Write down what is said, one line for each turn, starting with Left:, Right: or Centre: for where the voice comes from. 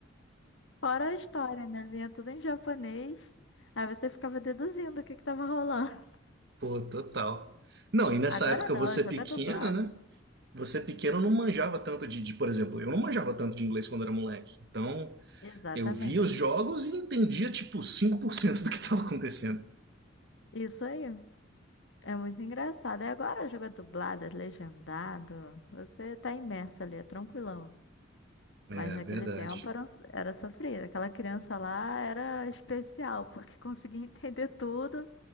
Left: Fora a história, né? Vinha tudo em japonês. Aí você ficava deduzindo o que que tava rolando. <laughs>
Right: Pô, total. Não, e nessa
Left: Agora
Right: época
Left: não,
Right: você
Left: joga
Right: pequeno
Left: dublado.
Right: né? Você pequeno não manjava tanto de, de, por exemplo, eu não manjava tanto de inglês quando era moleque. Então,
Left: Exatamente.
Right: eu via os jogos e entendia, tipo, 5% do que estava acontecendo.
Left: Isso aí. É muito engraçado. E agora joga dublado, é legendado. Você tá imerso ali, é tranquilão.
Right: É,
Left: Mas naquele
Right: verdade.
Left: tempo era, um- era sofrido. Aquela criança lá era especial, porque <laughs> conseguia entender tudo,